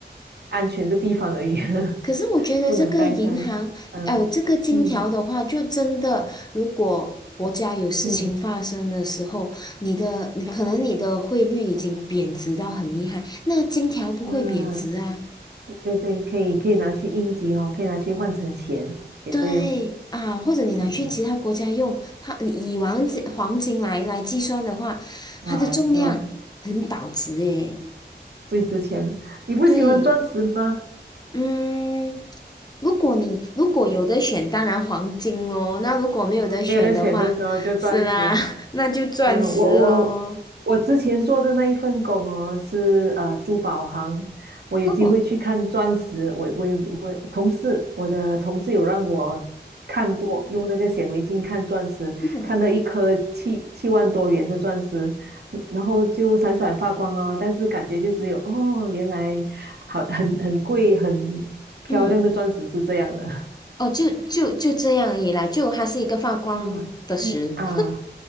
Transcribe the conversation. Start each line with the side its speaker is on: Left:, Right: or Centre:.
Right: 安全的地方而已，<laughs>
Left: 可是我觉得这个银行，
Right: 不能带出来。嗯嗯
Left: 呃，这个金条的话，就真的，如果国家有事情发生的时候，
Right: 嗯，
Left: 你的，你可能你的汇率已经贬值到很厉害，
Right: 好，OK，
Left: 那金条不会贬值啊。
Right: 嗯，对对，可以可以拿去应急哦，可以拿去换成钱，也对哦。
Left: 对啊，或者你拿去其他国家用，
Right: 嗯，
Left: 它你以黄金黄金来来计算的话，
Right: 哇，
Left: 它的重量很保值诶。
Right: 是哦，最值钱了。你不喜欢钻石吗？
Left: 对。嗯，如果你如果有得选，当然黄金哦。那如果没有得选的话，
Right: 没有得选的时候就钻石哦。
Left: 是啦，<laughs> 那就钻石咯。
Right: 嗯，我我我之前做的那一份工哦，是呃珠宝行，我有机会去看钻石，
Left: 哦，
Right: 我我我同事，我的同事有让我看过，用那个显微镜看钻石，
Left: 嗯
Right: 看到一颗七七万多元的钻石，嗯然后就闪闪发光哦，但是感觉就只有哦，原来好很很贵很漂亮的钻石是这样的，
Left: 嗯，哦，就就就这样而已啦。就它是一个发光的石，
Right: <laughs> 嗯，一啊。